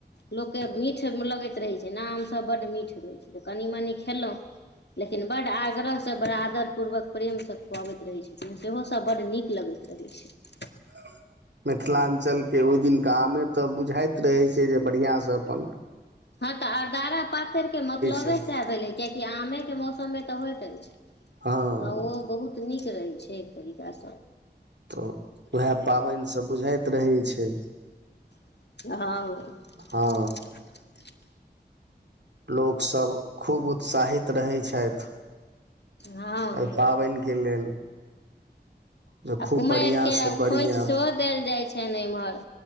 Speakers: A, on the left; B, on the right.
A: लोक के मिठ लगैत रहै छै। ने आम सब बड्ड मीठ दै छै तऽ कनि मनि खेलऊं लेकिन बड आग्रह स बड़ आदर पूर्वक प्रेम स खुआबैत रहय छथिन सेहो सभ बड नीक लगैत रहय छै।
B: <inaudible> मिथिलांचल के ओहि दिनकामे तऽ बुझाइत रहै छै जे बढ़िआँ सअपन
A: हँ तऽ अरदारा पातरि के मतलबे
B: छै
A: सेह भेलै कियाकि आमे के मौसम मे तऽ होइत अछि छै
B: हँ
A: तऽ ओ बहुत नीक रहय छै एक तरीका स
B: तऽ उएह पाबनि स बुझायत रहै छै
A: हां अ
B: हँ
A: अ
B: लोक सब खूब उ उत्साहित रहै छथि
A: हँ
B: एहि पाबनि के लेल जे
A: आ
B: खूब
A: कुमारिके
B: बढ़िआँ से
A: आ ओ
B: बढ़िआँ
A: खोइंछ सेहो देल जाइ छनि एम्हर